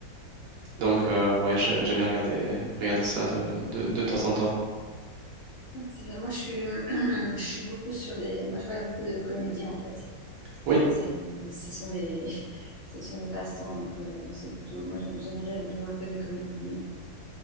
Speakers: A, on the right (about 70°); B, on the left (about 55°).
A: Donc, euh, ouais, j'ai- j'aime bien regarder, regarder ça de, de, de temps en temps.
B: C'est bien. Moi je suis, <clears throat> je suis beaucoup sur des... Moi je regarde beaucoup de comédies en fait.
A: Oui.
B: C'est, ce sont mes, <laughs> ce sont mes passe-temps, donc euh, c'est plutôt. Moi, j'aime j'aime rire, donc je vois que des comédies. euh.